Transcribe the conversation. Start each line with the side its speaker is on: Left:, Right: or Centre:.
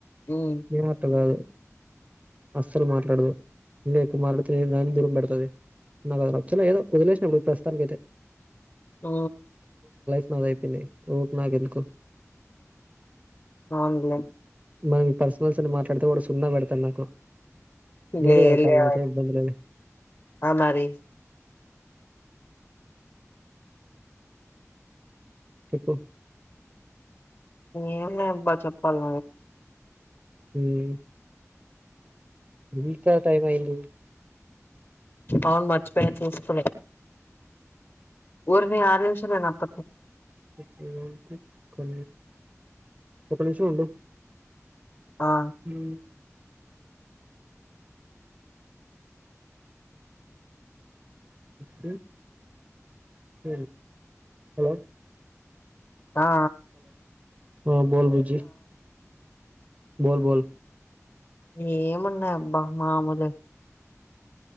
Left: మ్మ్
Right: వీళ్ళు అట్ట కాదు అస్సలు మాట్లాడదు ఇంకా ఎక్కువ మాట్లాడుతే దానికి దూరం పెడుతది నాకు నచ్చలేదు వదిలేసిన బ్రో ప్రస్తుతానికైతే ఇప్పుడు ప్రస్తుతానికి అయితే
Left: ఆ
Right: దా పినై ఓపు నాగెందుకు
Left: ఆన్లైన్
Right: మన పర్సనల్స్ అని మాట్లాడితే కూడా సున్నా పెడతడు నాకు
Left: లే
Right: నీదే ఎతకాలి
Left: లే
Right: నాకేం ఇబ్బంది లేదు
Left: అ మరి
Right: చెప్పు
Left: ఏమో అబ్బా చెప్పాలి
Right: ఉం ఇంత టైమయింది
Left: అవును మర్చిపోయినా చేసుకోలే ఊరిని ఆరు నిమిషమప్ప
Right: ఒకటి నిముషం ఉండు
Left: ఆ
Right: ఉం <inaudible> హలో
Left: ఆ ఆ
Right: ఏం లేదు బుజి బో బోల్
Left: ఏ మున్నా అబ్బా మాముూలు